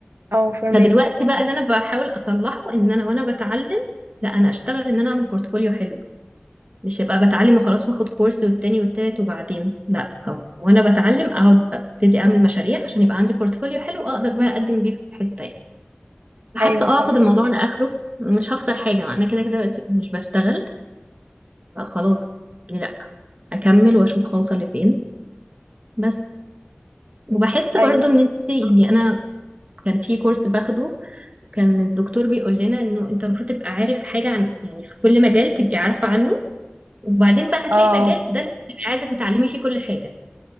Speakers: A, on the right; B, on the right.
A: اه فهميكي
B: فدلوقتي بقى اللي انا بحاول اصلحه ان انا وانا بتعلم لا انا اشتغل ان انا اعمل بورتفوليو حلو مش هبقى بتعلم وخلاص واخد كورس والتاني والتالت وبعدين لا ف- وانا بتعلم اقعد ابتدي اعمل مشاريع عشان يبقى عندي بورتفوليو حلو اقدر بقى اقدم بيه في حته يعني حاسه
A: ايوه
B: اه
A: صح
B: اخد الموضوع لاخره مش هخسر حاجه ما انا كده كده دلوقتي مش بشتغل فخلاص ليه لا اكمل واشوف هوصل لفين بس وبحس
A: ايوه
B: برضو ان انت يعني انا كان في كورس باخده كان الدكتور بيقول لنا انه انت المفروض تبقى عارف حاجه عن يعني في كل مجال تبقي عارفه عنه وبعدين بقى هتلاقي
A: اه
B: مجال ده اللي تبقي عايزه تتعلمي فيه كل حاجه